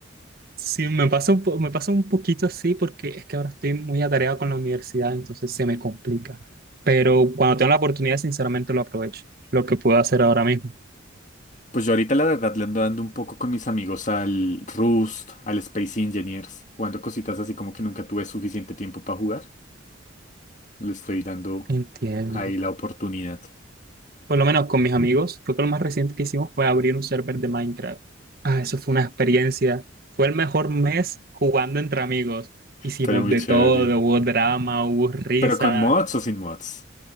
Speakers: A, on the right; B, on the left.
A: Sí, me pasa un po- me pasa un poquito así porque es que ahora estoy muy atareado con la universidad, entonces se me complica. Pero cuando tengo la oportunidad, sinceramente lo aprovecho, lo que puedo hacer ahora mismo.
B: Pues yo ahorita la verdad le ando dando un poco con mis amigos al Rust, al Space Engineers, jugando cositas así como que nunca tuve suficiente tiempo para jugar. Le estoy dando
A: Entiendo.
B: ahí la oportunidad.
A: Por lo menos con mis amigos, creo que lo más reciente que hicimos fue abrir un server de Minecraft. Ah, eso fue una experiencia. Fue el mejor mes jugando entre amigos. Hicimos
B: Pero muy
A: de
B: chévere.
A: todo, hubo drama, hubo risas
B: Pero con mods o sin mods.